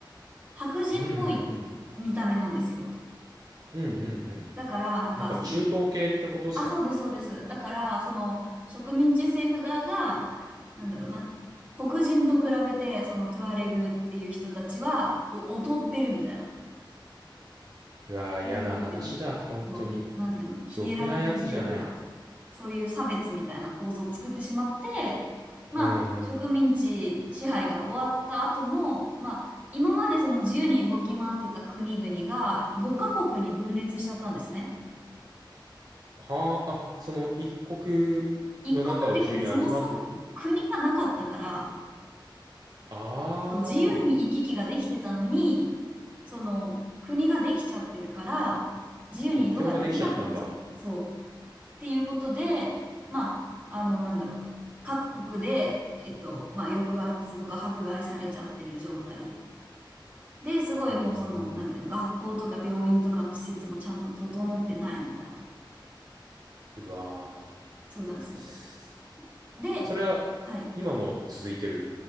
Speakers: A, on the right (about 20°); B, on the right (about 50°).
A: 白人っぽい見た目なんですよ。
B: うんうんうん。うんうんうん。
A: だから、なんかその、
B: なんか中東系ってことですかね。
A: あ、そうです、そうです。だから、その植民地政府側が、なんだろうな。黒人と比べて、そのトゥアレグっていう人たちは、お、劣ってるみたいな。
B: うわー、
A: そういうなんていうの、
B: 嫌な話だ。本当に。
A: そう、なんていうの、ヒエラルキーというか、
B: ろくなやつじゃない。
A: そういう差別みたいな構造を作ってしまって、まあ、
B: うんうん。
A: 植民地支配が終わった後も、まあ、今までその自由に動き回ってた国々が5カ国に分裂しちゃったんですね。
B: はあ、あ、その一国の中を自由に歩き回って、
A: 一国っていうかもうそもそも国がなかったから、
B: んああ
A: そう自由に行き来ができてたのに、その国ができちゃってるから、自由に移動ができなくなっちゃう。
B: ー、国境ができちゃったんだ。
A: そう。っていうことで、まあ、あの、なんだろう。各国で、えっと、まあ、抑圧とか迫害されちゃってる状態。で、すごいもうその、
B: おー、
A: なんていうの、学校とか病院とかの施設もちゃんと整ってないみたいな。
B: うわ
A: そうなんですよ。
B: ー。
A: で、
B: それは
A: はい。
B: 今も続いてるっ